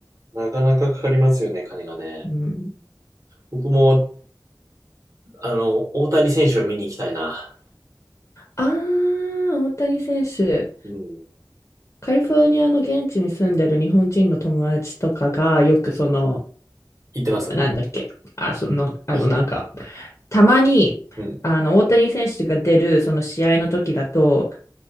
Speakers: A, on the right (about 45°); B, on the left (about 40°).
A: えなかなかかかりますよね、金がね。
B: うん、
A: 僕も、あの、大谷選手を見に行きたいな。
B: ああ、大谷選手。
A: うん。
B: カリフォルニアの現地に住んでる日本人の友達とかが、よくその、
A: 行ってます
B: なんだっけ、あ、その、あの、
A: どうぞ。
B: なんか、たまに、
A: うん。
B: あの、大谷選手が出る、その試合の時だと、